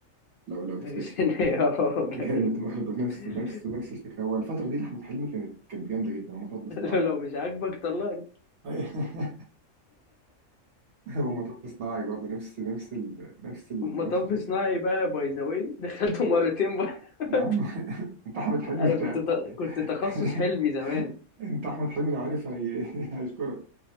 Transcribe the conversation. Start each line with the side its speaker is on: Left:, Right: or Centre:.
Right: لو لو تفتكر
Left: زكي شان <laughs> اه
Right: <laughs> جامد
Left: جميل
Right: برضه نفس
Left: <laughs>
Right: نفس نفس الفكره هو الفتره دي لاحمد حلمي كانت كانت جامده جدا ومطب صناعي
Left: لو لو مش عاجبك طلقني
Right: <laughs> <laughs> ومطب صناعي برضه نفس نفس ال... نفس ال...
Left: مطب
Right: نفس الفكرة
Left: <laughs> صناعي بقى باي ذا واي <laughs> دخلته مرتين بقى <laughs>
Right: يا عم <laughs> انت احمد حلمي
Left: انا
Right: انت
Left: كنت ت... كنت تخصص
Right: <laughs>
Left: حلمي زمان
Right: انت احمد حلمي لو عارف هي... <laughs> هيشكرك